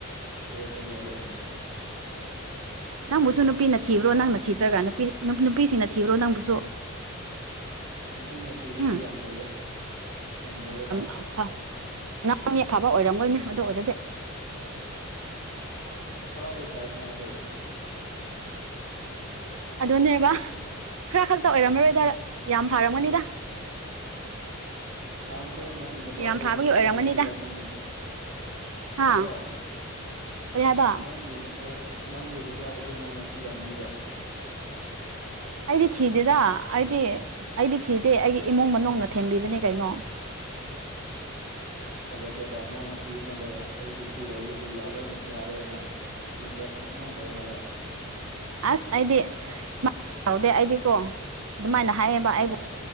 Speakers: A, on the right (about 45°); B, on the right (about 75°).
A: ꯏꯁꯇꯦꯖꯇꯨ ꯌꯧꯔꯦꯅꯦ꯫
B: ꯅꯪꯕꯨꯁꯨ ꯅꯨꯄꯤꯅ ꯊꯤꯕ꯭ꯔꯣ,
A: ꯅꯍꯥꯟ
B: ꯅꯪꯅ ꯊꯤꯗ꯭ꯔꯒ ꯅꯨꯄꯤ ꯅꯨꯄꯤꯁꯤꯅ ꯊꯤꯕ꯭ꯔꯣ ꯅꯪꯕꯨꯁꯨ?
A: ꯅꯨꯄꯤꯅ ꯊꯤꯕꯁꯨ
B: ꯎꯝ
A: ꯌꯥꯝ ꯂꯩꯌꯦ, ꯌꯥꯝ ꯂꯩꯌꯦꯕ꯫
B: <unintelligible> ꯅꯪ ꯃꯤ ꯑꯐꯕ ꯑꯣꯏꯔꯝꯃꯣꯏꯅꯦ ꯑꯗꯨ ꯑꯣꯏꯔꯗꯤ꯫
A: ꯈꯔꯗꯤ ꯐꯩꯕꯅꯦ ꯑꯩꯁꯨ꯫ <inaudible>
B: ꯑꯗꯨꯅꯦꯕ ꯈꯔ ꯈꯥꯛꯇ ꯑꯣꯏꯔꯝꯃꯔꯣꯏꯗ ꯌꯥꯝ ꯐꯥꯔꯝꯒꯅꯤꯗ꯫
A: ꯅꯪꯁꯨ ꯅꯪꯒꯤ ꯅꯨꯄꯥꯗꯣ
B: ꯌꯥꯝ ꯐꯥꯕꯒꯤ ꯑꯣꯏꯔꯝꯒꯅꯤꯗ
A: ꯅꯪꯅ ꯊꯤꯔꯝꯅꯤꯅꯦ꯫
B: ꯍꯥ
A: ꯅꯠꯇ꯭ꯔꯣ?
B: ꯀꯔꯤ ꯍꯥꯏꯕ
A: ꯅꯪꯒꯤ ꯅꯨꯄꯥꯕꯨ ꯅꯪꯒꯤ ꯅꯨꯄꯥꯕꯨꯁꯨ ꯅꯪꯅ ꯊꯤꯔꯝꯅꯤꯕ꯫
B: ꯑꯩꯗꯤ ꯊꯤꯗꯦꯗ ꯑꯩꯗꯤ ꯑꯩꯗꯤ ꯊꯤꯗꯦ ꯑꯩꯒꯤ ꯏꯃꯨꯡ ꯃꯅꯨꯡꯅ ꯊꯦꯝꯕꯤꯕꯅꯦ ꯀꯩꯅꯣ꯫
A: <unintelligible> ꯊꯥꯖꯗꯦꯗ ꯅꯪꯅ ꯊꯤꯕ ꯃꯥꯜꯂꯦ ꯑꯩꯗꯤ ꯁꯤ ꯂꯧꯗꯗꯤ ꯌꯇꯦ ꯌꯥꯔꯣꯏ ꯍꯥꯏꯅ꯫ ꯌꯨꯝꯗ ꯑꯗꯨꯃꯥꯏꯅ ꯇꯧ ꯃꯥꯜꯂꯦ꯫
B: ꯑꯁ ꯑꯩꯗꯤ <unintelligible> ꯑꯩꯗꯤꯀꯣ ꯑꯗꯨꯃꯥꯏꯅ ꯍꯥꯏꯌꯦꯕ ꯑꯩꯕꯨ
A: ꯑꯥ